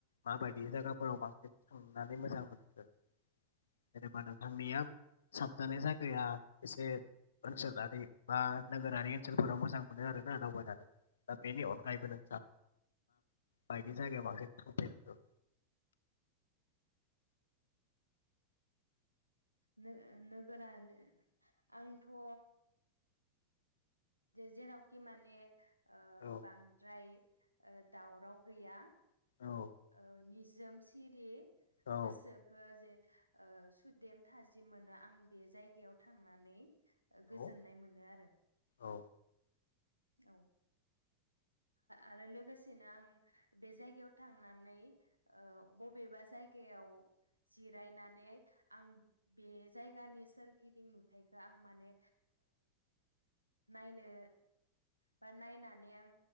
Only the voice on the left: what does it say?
मा बायदि
जाइगाफ्राव बांसिन थांनानै मोजां मोनखो जेनेबा नोंथांनिया साबजानाय जायगाया एसे ओनसोलारि बा नोगोरारि ओनसोलफोराव मोजां मोनो आरोना दावबायनानै। दा बेनि अनगायैबो
नों बायदि जायगायाव बांसिन थांफेरखो
औ
औ
औ
औ
औ
औ